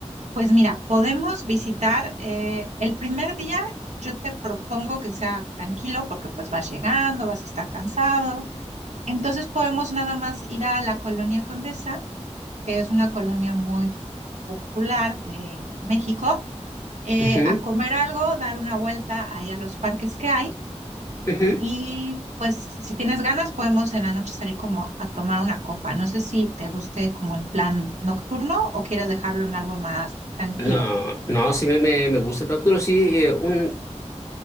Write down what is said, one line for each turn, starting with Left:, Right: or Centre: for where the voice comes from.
Right: Pues mira, podemos visitar eh, el primer día, yo te propongo que sea tranquilo porque pues vas llegando, vas a estar cansado. Entonces podemos nada más ir a la Colonia Condesa, que es una colonia muy popular de México, eh,
Left: Ujú,
Right: a comer algo, dar una vuelta ahí a los parques que hay
Left: ujú.
Right: y pues si tienes ganas podemos en la noche salir como a tomar una copa. No sé si te guste como el plan nocturno o quieres dejarlo en algo más tranquilo.
Left: No, no, sí me, me, me gusta el plan, pero sí, eh, un,